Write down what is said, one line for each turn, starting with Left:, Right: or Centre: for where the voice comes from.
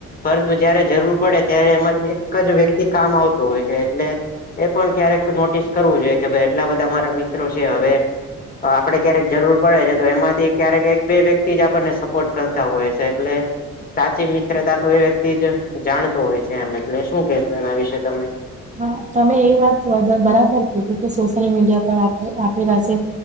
Left: પરંતુ જયારે જરૂર પડે ત્યારે એમાંથી એક જ વ્યક્તિ કામ આવતો હોય છે એટલે એ પણ ક્યારેક નોટિસ કરવું જોઈએ કે ભઈ એટલા બધા મારા મિત્રો છે હવે તો આપડે ક્યારેક જરૂર પડે છે તો એમાંથી ક્યારેક એક બે વ્યક્તિ જ આપણને સ સપોર્ટ કરતા હોય છે એટલે સાચી મિત્રતા તો એ વ્યક્તિ જ જાણતો હોય છે એમ ને એટલે શું કેસ એના વિશે તમે?
Right: હા, તમે એ વાત વધ બરાબર કીધું કે સોશિયલ મીડિયા પર આપ આપેલા સે